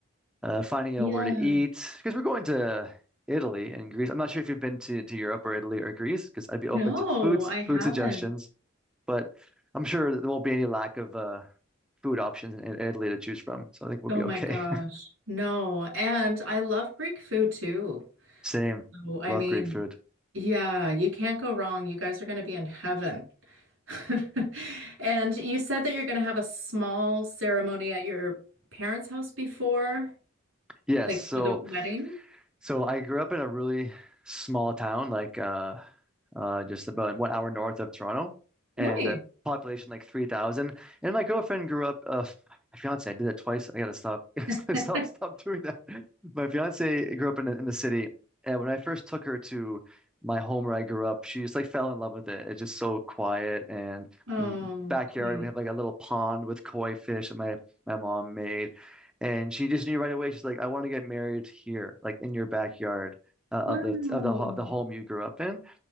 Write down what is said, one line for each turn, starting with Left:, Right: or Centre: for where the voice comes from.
Centre: uh, finding
Right: Yeah.
Centre: out where to eat because we're going to Italy and Greece. I'm not sure if you've been to to Europe or Italy or Greece because I'd be open
Right: No,
Centre: to foods
Right: I
Centre: food
Right: haven't.
Centre: suggestions, but I'm sure there won't be any lack of uh food options in Italy to choose from. So I think we'll
Right: Oh
Centre: be
Right: my
Centre: okay.
Right: gosh.
Centre: <laughs>
Right: No. And I love Greek food too.
Centre: Same.
Right: So, I
Centre: Love
Right: mean,
Centre: Greek food.
Right: yeah, you can't go wrong. You guys are going to be in heaven. <laughs> And you said that you're going to have a small ceremony at your parents' house before,
Centre: Yes,
Right: like
Centre: so
Right: for the wedding.
Centre: so I grew up in a really small town, like uh, uh, just about one hour north of Toronto,
Right: Nice.
Centre: and a population like three thousand. And my girlfriend grew up. Uh, my fiance, I did that twice. I gotta stop,
Right: Oh,
Centre: <laughs>
Right: <laughs>
Centre: stop, stop doing that. My fiance grew up in the- in the city, and when I first took her to my home where I grew up, she just like fell in love with it. It's just so quiet and
Right: Oh,
Centre: mm, backyard.
Right: queen.
Centre: We have like a little pond with koi fish that my my mom made. And she just knew right away. She's like, I want to get married here, like in your backyard uh,
Right: Wow.
Centre: of the of the ho- of the home you grew up in.